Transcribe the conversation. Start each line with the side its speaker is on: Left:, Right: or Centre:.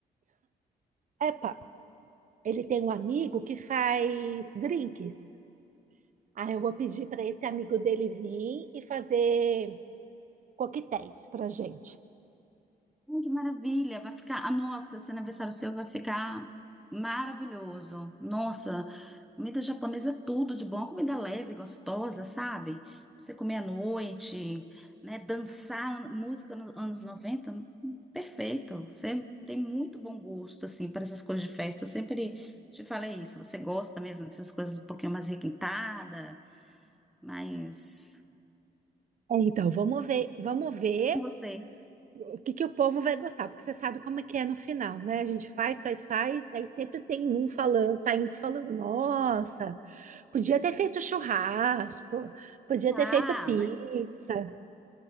Right: Epa, ele tem um amigo que faz drinks. Aí, eu vou pedir para esse amigo dele vir e fazer coquetéis para gente.
Centre: Ai, que maravilha! Vai ficar. Ah, nossa, esse aniversário seu vai ficar maravilhoso. Nossa, comida japonesa é tudo de bom, comida leve, gostosa, sabe? Pra Você comer à noite, né? Dançar música nos anos 90, perfeito. Você tem muito bom gosto, assim, para essas coisas de festa. Eu sempre te falei isso. Você gosta mesmo dessas coisas um pouquinho mais requintada, mas
Right: É, Então, vamos ver, vamos ver
Centre: com você.
Right: o que que o povo vai gostar, porque você sabe como é que é no final, né? A gente faz, faz, faz, aí sempre tem um falando, saindo falando, nossa, podia ter feito churrasco, podia
Centre: Ah,
Right: ter feito pizza,
Centre: mas